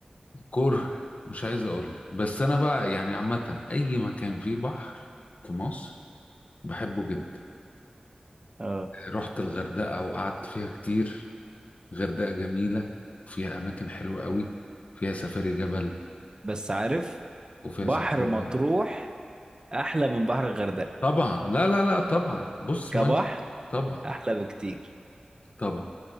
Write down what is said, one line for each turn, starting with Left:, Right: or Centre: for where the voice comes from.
Left: كره مش عايز اقول لك بس انا بقى يعني عامه اي مكان فيه بحر في مصر بحبه جدا
Right: اه
Left: رحت الغردقه وقعدت فيها كتير غردقه جميله وفيها اماكن حلوه قوي فيها سفاري جبل
Right: بس عارف
Left: وفيها
Right: بحر
Left: سفاري
Right: مطروح
Left: بحر
Right: أحلى من بحر الغردقة
Left: طبعا لا لا لا طبعا بص
Right: كبحر
Left: ميه طبعا
Right: أحلى بكتير
Left: طبعا